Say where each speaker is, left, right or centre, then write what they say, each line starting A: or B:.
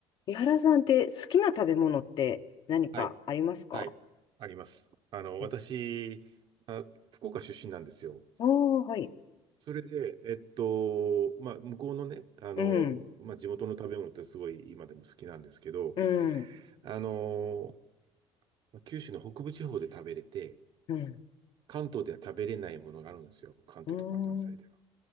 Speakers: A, on the left (about 40°); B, on the right (about 45°).
A: 井原さんって好きな食べ物って何かありますか
B: はい、はい、あります。あの、
A: あ
B: 私、あ、福岡出身なんですよ。
A: あー、はい。
B: それで、えっと、まあ、向こうのね、あの、
A: うん、
B: まあ、地元の食べ物ってすごい今でも好きなんですけど、
A: うん、
B: あの、九州の北部地方で食べれて、
A: うん、
B: 関東では食べれないものがあるんですよ。関東とか関西では。
A: うん、